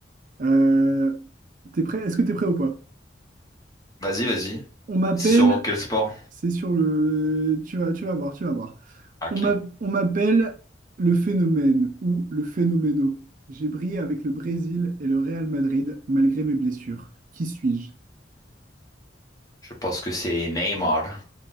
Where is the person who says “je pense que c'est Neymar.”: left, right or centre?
Left